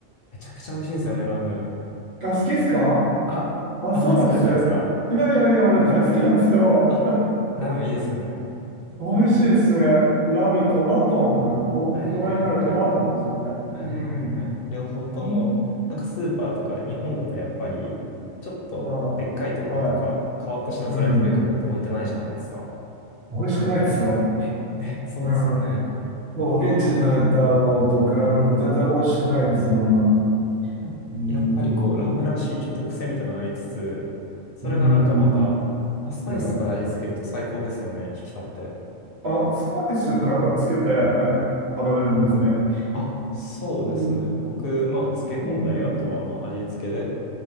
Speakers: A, on the left; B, on the right.
A: めちゃくちゃ美味しいですよね、ラム。
B: あ、好きですか
A: あ、
B: あ、
A: あまり好きじゃないですか。
B: そうなんです。いやいやいや、俺大好きなんですよ。
A: <laughs> あ、ラムいいですよね。
B: 美味しいですね。
A: <clears throat>
B: ラムとマトンの、お、
A: はいはいはいはい。
B: 大人になるとマトンですよね。
A: はいはいはい。
B: うん。
A: 両方とも、
B: に
A: なんかスーパーとかで、日本だとやっぱり、ちょっとでっかいところとか、
B: あー、はい。
A: 変わった品揃えのとこ行かないと置いてないじゃないですか。
B: うん。美味しくないですよ。
A: ね、ね、そうですよね。
B: うん。そう、現地で食べたのと比べると全然美味しくないんですよね。
A: なんかやっぱりこう、
B: うん。
A: ラムらしいちょっと癖みたいなのがありつつ、それがなんかまた、
B: うん。
A: まあ、スパイスとかで味付けると最高ですよね、
B: ね
A: 引き立って。
B: あ、スパイスか、あつけて、あ、食べれるんですね。
A: あ、そうですね。
B: うん、
A: 僕、まあ、漬け込んだり、
B: うん、
A: あとはまあ、
B: うん。
A: 味付けで、